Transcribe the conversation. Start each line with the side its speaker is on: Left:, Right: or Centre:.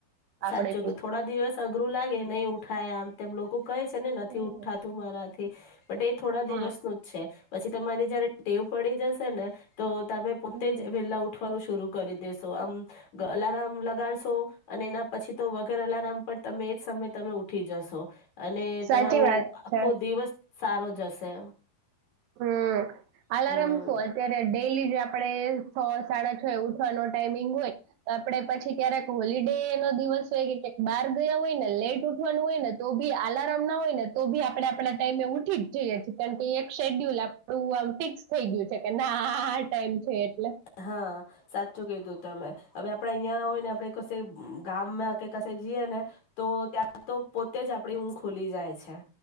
Left: સાચું
Right: આપણે
Left: કે થોડા દિવસ અઘરું લાગે નહી, ઉ ઠાય આમતેમ લોકોગ કહે છે, ને નથી
Right: હમ
Left: ઉઠાતું મારા <unintelligible> બટ એ થોડા દિવસ
Right: હા
Left: નું જ છે, પછી તમારી જયારે ટેવ પડી જશે ને તો તમે પોતે
Right: હમ
Left: જ વેલા ઉઠવાનું શર કરી દેેશો આમ ગલારમ લગાડશો અને એના પછી તો વગર અલારમ પણ તમે એજ સમય તમે ઉઠી જશો અને
Right: સાચી
Left: તમારું
Right: વાત
Left: આખો
Right: છે
Left: દિવસ સારો જશે
Right: હમ્મ
Left: હમ
Right: અલાર્મ શું અત્યારે ડેલી જે આપણે છ સાડા છ એ ઉઠવાનો ટાઈમિંગ હોય તો આપડે પછી ક્યારેક હોલિડે નો દિવસ કે ક્યાંક બહાર ગયા હોય ને લેટ ઉઠવાનું હોય ને તો બી આલારમ ના હોય ને તો બી આપણે આપણા ટાઈમ ઉ ઠીક જી જ <unintelligible> શેડ્યુલ આપણુ આમ ફિક્સ થઈ ગયું છે કે ના આ ટાઈમ છે એટલે
Left: હા સાચું કીધું તમે હવે આપડે અહીંયા હોય ને આપડે કસે ગામમાં કે ક જઈએ ને તો ત્યાં તો પોતે જ આપણે ઊંઘ ખોલી જાય છે